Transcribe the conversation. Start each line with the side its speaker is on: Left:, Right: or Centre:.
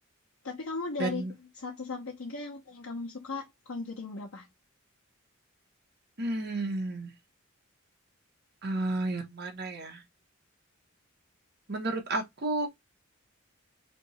Left: Tapi kamu dari
Right: dan
Left: satu sampai 3 yang paling kamu suka Conjuring berapa?
Right: hmm, ah, yang mana ya menurut aku